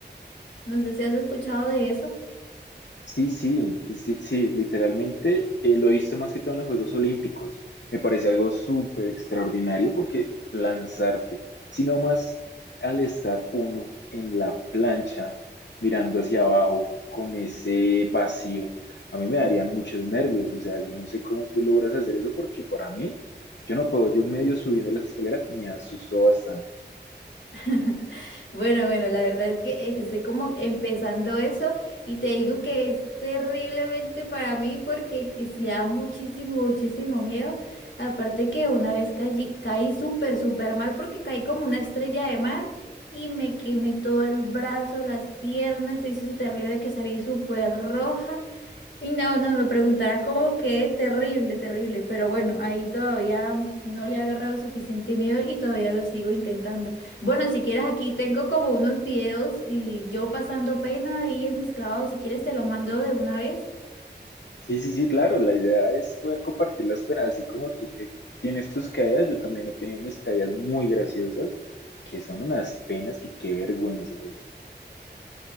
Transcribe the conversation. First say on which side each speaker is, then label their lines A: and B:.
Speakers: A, on the left (about 90°); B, on the left (about 70°).
A: no sé si has escuchado de eso.
B: Sí, sí, sí, sí, literalmente eh, lo he visto más que todo en los Juegos Olímpicos. Me parece algo súper extraordinario porque lanzarte, sino más al estar uno en la plancha mirando hacia abajo con ese vacío, a mí me darían muchos nervios. O sea, yo no sé cómo tú logras hacer eso porque para mí, yo no puedo, yo medio subiendo las escaleras me asusto bastante.
A: <laughs> Bueno, bueno, la verdad es que, es que estoy como empezando eso y te digo que es terriblemente para mí porque que sí da muchísimo, muchísimo miedo. Aparte que una vez caí, caí súper, súper mal porque caí como una estrella de mar y me quemé todo el brazo, las piernas, se hizo terrible que salí súper roja. Y no, no, me preguntarás como que terrible, terrible, pero bueno, ahí todavía no le he agarrado suficiente miedo y todavía lo sigo intentando. Bueno, si quieres aquí tengo como unos videos y yo pasando pena ahí en mis clavados, si quieres te los mando de una vez.
B: Sí, sí, sí, claro, la idea es poder compartir las penas, así como tú te, tienes tus caídas, yo también he tenido mis caídas muy graciosas, que son unas penas que qué vergüenza, oye.